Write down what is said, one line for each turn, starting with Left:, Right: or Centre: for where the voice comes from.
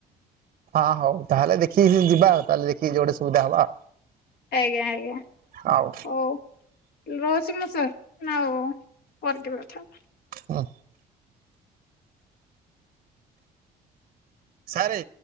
Right: ହଁ ହଉ ତାହେଲେ ଦେଖିକି ଯିବା ଆଉ। ତାହେଲେ ଦେଖିକି ଯଉଠି ସୁବିଧା ହବ ଆଉ।
Left: ଆଜ୍ଞା ଆଜ୍ଞା।
Right: ହଉ
Left: ହଉ ରହୁଛି ମୁଁ ସାର୍। ନା ଆଉ ପରେ ଟିକେ କଥା ହେବା।
Right: ଅଁ, ସାରେ,